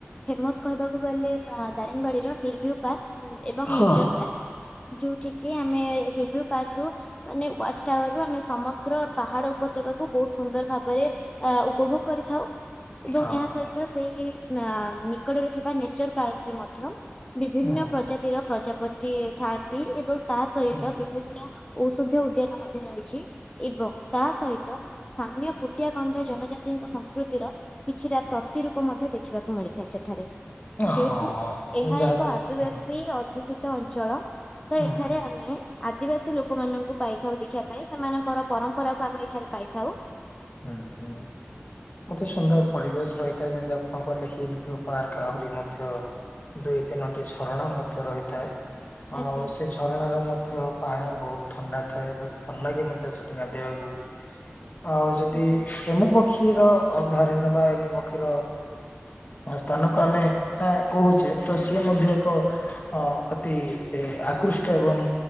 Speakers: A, on the left (about 20°); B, on the left (about 40°).
A: ଫେମସ୍ କହିବାକୁ ଗଲେ ଦାରିଙ୍ଗବାଡ଼ିର ହିଲ୍ ଭ୍ୟୁ ପାର୍କ। ଏବଂ
B: ହଁ।
A: ନେଚର ପାର୍କ ଯୋଉଠି କି ଆମେ ହିଭ୍ୟୁ ପାର୍କ ରୁ ମାନେ ୱାଚ୍ ଟାୱାରରୁ ଆମେ ସମଗ୍ର ପାହାଡ଼ ଉପତ୍ୟାକାକୁ ବହୁତ ସୁନ୍ଦର ଭାବରେ ଆ ଉପଭୋଗ କରିଥାଉ। ଏବଂ
B: ହଁ
A: ଏହା
B: ହଁ।
A: ସହିତ ସେଇ ଆଁ ନିକଟରେ ଥିବା ନେଚର ପାର୍କରେ ମଧ୍ୟ ବିଭିନ୍ନ
B: ହଁ
A: ପ୍ରଜାତିର ପ୍ରଜାପତି ଥାଆନ୍ତି ଏବଂ ତା ସହିତ
B: ହଁ।
A: ବିଭିନ୍ନ ଔଷଧୀୟ ଉଦ୍ୟାନ ମଧ୍ୟ ରହିଛି ଏବଂ ତା ସହିତ ସ୍ଥାନୀୟ କୁଟିଆ କନ୍ଧ ଜନଜାତିଙ୍କ ସଂସ୍କୃତିର କିଛିଟା ପ୍ରତିରୂପ ମଧ୍ୟ ଦେଖିବାକୁ ମିଳିଥାଏ ସେଠାରେ।
B: ହଁ
A: ଯେହେତୁ ଏହା
B: ଯାହାକୁ
A: ଏକ ଆଦିବାସୀ
B: ହୁଁ
A: ଅ ଦୂଷିତ ଅଞ୍ଚଳ ତ
B: ହୁଁ
A: ଏଠାରେ ଆମେ ଆଦିବାସୀ ଲୋ କମାନଙ୍କୁ ପାଇଥାଉ ଦେଖିବା ପାଇଁ ସେମାନଙ୍କର ପରମ୍ପରାକୁ ଆମେ ଏଇଠାରେ ପାଇଥାଉ।
B: ହୁଁ ହୁଁ। ଅତି ସୁନ୍ଦର ପରିବେଶ ରହିଥାଏ ଯେମତି ଆପଣ କହିଲେ ହିଲ୍ ଭ୍ୟୁ ପାର୍କ ଆହୁରି ମଧ୍ୟ ଦୁଇ ତିନୋଟି ଝରଣା ମଧ୍ୟ ରହିଥାଏ ଆଉ
A: ଆଜ୍ଞା
B: ସେ ଯୋ ଝରଣାରେ ମଧ୍ୟ ପାଣି ବହୁତ ଥଣ୍ଡା ଥାଏ ବହୁତ ଭଲ ଲାଗେ ମଧ୍ୟ ସେଠି ଗାଧେଇବାକୁ। ଆଉ ଯଦି
A: ଆଜ୍ଞା।
B: ଏମୁପକ୍ଷୀ ର ଅଭୟାରଣ୍ୟ ବା ଏମୁ ପକ୍ଷୀର ସ୍ଥାନକୁ ଆମେ ଏଁ କହୁଛେ ତ ସିଏ ମଧ୍ୟ ଏକ ଅ ଅତି ଆକୃଷ୍ଟ ଏବଂ